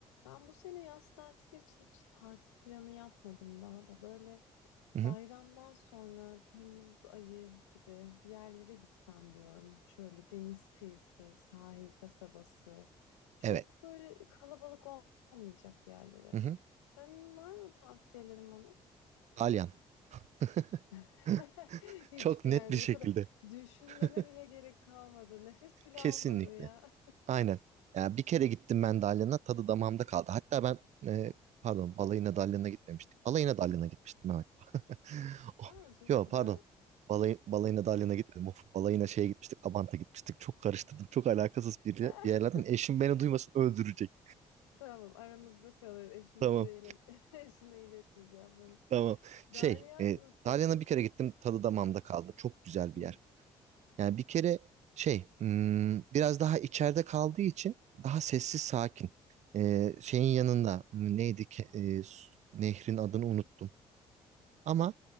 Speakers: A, on the left; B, on the right.
A: Ben bu sene yaz tatili için hiç tatil planı yapmadım daha da. Böyle
B: Hı hı.
A: bayramdan sonra Temmuz ayı gibi bir yerlere gitsem diyorum. Şöyle deniz kıyısı, sahil kasabası. Çok
B: Evet.
A: böyle kalabalık ol- olmayacak bir yerlere.
B: Hı hı.
A: Senin var mı tavsiyelerin bana?
B: Dalyan. <laughs>
A: <laughs> Hiçbir
B: Çok net
A: yer
B: bir
A: mi?
B: şekilde.
A: Bu kadar düşünmene
B: <laughs>
A: bile gerek kalmadı. Nefes bile
B: Kesinlikle.
A: almadın ya.
B: Aynen. Ya bir kere gittim ben Dalyan'a tadı damağımda kaldı. Hatta ben e, pardon balayına Dalyan'a gitmemiştik. Balayına Dalyan'a gitmiştim evet. <laughs>
A: <laughs>
B: Oh,
A: Aa, çok
B: yo
A: güzel.
B: pardon. Balay, balayına Dalyan'a gitmedim. Of, balayına şeye gitmiştik. Abant'a gitmiştik. Çok karıştırdım. Çok alakasız bir, yer-
A: <laughs>
B: bir yerlerden. Eşim beni duymasın öldürecek.
A: Tamam aramızda kalır. Eşinize
B: Tamam
A: ilet <laughs> eşine iletmeyeceğim bana.
B: tamam. Şey
A: Dalyan
B: e,
A: nasıldı?
B: Dalyan'a bir kere gittim. Tadı damağımda kaldı. Çok güzel bir
A: Hı,
B: yer. Yani bir kere şey hmm, biraz daha içeride kaldığı için daha sessiz sakin. Ee, şeyin yanında hmm, neydi ki e, su- nehrin adını unuttum. Ama